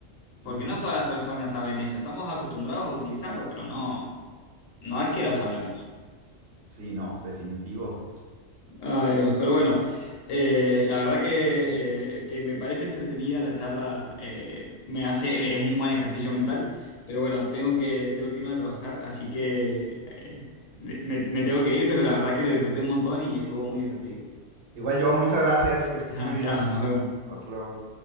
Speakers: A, on the left; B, on the right.
A: porque
B: ujú.
A: no todas las personas saben eso. Estamos acostumbrados a utilizarlo, pero no, no es que lo sabemos.
B: Sí, no, definitivo.
A: Ay, Dios, pero bueno, eh, la verdad que, eh, que me parece entretenida la charla, eh, me hace, eh, es un buen ejercicio mental, pero bueno, tengo que, tengo que irme a trabajar, así que eh, me, me tengo que ir, pero la verdad que lo disfruté un montón y estuvo muy divertido.
B: Igual yo, muchas gracias,
A: <laughs>
B: que estés
A: Nada,
B: muy bien.
A: chao, nos vemos.
B: Hasta luego.